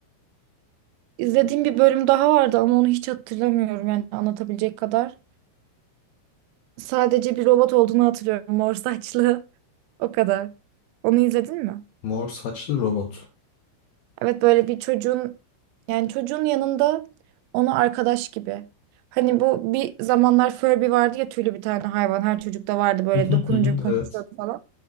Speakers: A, on the right; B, on the left.
A: İzlediğim bir bölüm daha vardı ama onu hiç hatırlamıyorum yani anlatabilecek kadar. Sadece bir robot olduğunu hatırlıyorum. Mor saçlı. <laughs> O kadar. Onu izledin mi?
B: Mor saçlı robot.
A: Evet böyle bir çocuğun yani çocuğun yanında onu arkadaş gibi. Hani bu bir zamanlar Furby vardı ya tüylü bir tane hayvan her çocukta vardı böyle
B: Hı hı
A: dokununca
B: hı hı,
A: konuşuyordu
B: Evet.
A: falan.